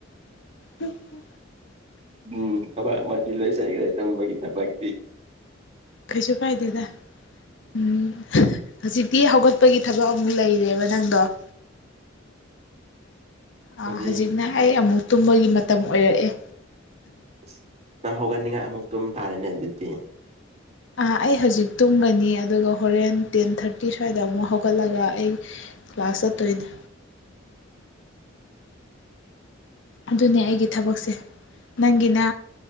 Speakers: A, on the left (about 65°); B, on the right (about 35°).
A: ꯍ ꯍ
B: ꯎꯝ ꯊꯕꯛ ꯑꯃꯗꯤ ꯂꯣꯏꯁꯤꯟꯈ꯭ꯔꯦ ꯇꯨꯝꯕꯒꯤ ꯊꯕꯛꯇꯤ
A: ꯀꯔꯤꯁꯨ ꯀꯥꯏꯗꯦꯗ ꯎꯝ ꯍꯧꯖꯤꯛꯇꯤ ꯍꯧꯒꯠꯄꯒꯤ ꯊꯕꯛ ꯑꯃꯨꯛ ꯂꯩꯔꯦꯕ ꯅꯪꯗꯣ <inaudible> ꯑ
B: ꯍꯧꯖꯤꯛ
A: ꯍꯖꯤꯛꯅ ꯑꯩ ꯑꯃꯨꯛ ꯇꯨꯝꯕꯒꯤ ꯃꯇꯝ ꯑꯣꯏꯔꯛꯑꯦ
B: ꯑꯁ ꯅꯪ ꯍꯧꯒꯠꯅꯤꯡꯉꯥꯏ ꯑꯃꯨꯛ ꯇꯨꯝ ꯇꯥꯔꯦꯅꯦ ꯑꯗꯨꯗꯤ
A: ꯑꯥ ꯑꯩ ꯍꯧꯖꯤꯛ ꯇꯨꯝꯒꯅꯤ ꯑꯗꯨꯒ ꯍꯣꯔꯦꯟ ꯇꯦꯟ ꯊꯥꯔꯇꯤ ꯁ꯭ꯋꯥꯏꯗ ꯑꯃꯨꯛ ꯍꯧꯒꯠꯂꯒ ꯑꯩ ꯀ꯭ꯂꯥꯁ ꯆꯠꯇꯣꯏꯅꯦ ꯑꯗꯨꯅꯦ ꯑꯩꯒꯤ ꯊꯕꯛꯁꯦ ꯅꯪꯒꯤꯅ